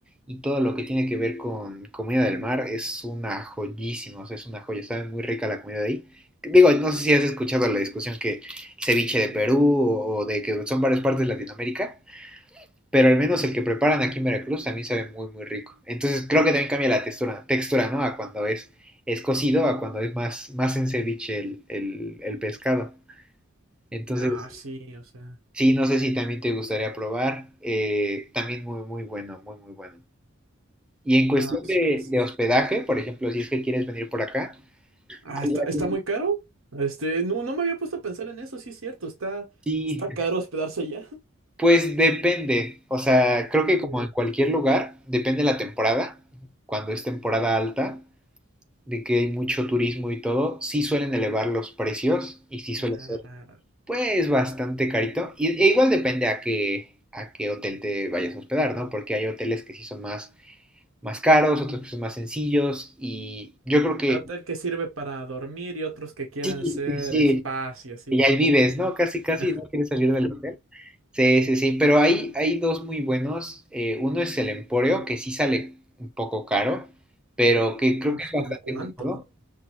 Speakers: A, in the centre; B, on the right.
A: y todo lo que tiene que ver con comida del mar es una joyísima, o sea, es una joya, sabe muy rica la comida de ahí. Digo, no sé si has escuchado la discusión que ceviche de Perú o o de que son varias partes de Latinoamérica pero al menos el que preparan aquí en Veracruz también sabe muy, muy rico. Entonces creo que también cambia la textura, textura ¿no? A cuando es, es cocido, a cuando es más, más en ceviche el, el, el pescado. Entonces,
B: Ah, sí, o sea.
A: sí, no sé si también te gustaría probar. eh, también muy, muy bueno, muy, muy bueno. Y en cuestión
B: Ah, sí
A: de,
B: es.
A: de hospedaje, por ejemplo, si es que quieres venir por acá,
B: Ah,
A: hay
B: está, está
A: varios-
B: muy caro. Este, no, no me había puesto a pensar en eso, sí es cierto. Está,
A: y,
B: está caro hospedarse allá.
A: pues depende, o sea, creo que
B: <laughs> Uy,
A: como en cualquier lugar, depende la temporada. Cuando es temporada alta, de que hay mucho turismo y todo, sí suelen elevar los precios y sí
B: cara.
A: suele ser pues bastante carito. Y, e igual depende a qué, a qué hotel te vayas a hospedar, ¿no? Porque hay hoteles que sí son más, más caros, otros que son más sencillos y yo creo que
B: Hay hotel que sirve para dormir y otros que quieren
A: sí,
B: ser
A: sí, sí,
B: spas y así.
A: y ahí vives, ¿no? Casi, casi
B: <laughs>
A: no quieres salir del hotel. Sí, sí, sí, pero hay, hay dos muy buenos. eh, uno es el Emporio, que sí sale un poco caro, pero que creo
B: Uf,
A: que es
B: ¿como
A: bastante
B: cuánto?
A: cómodo.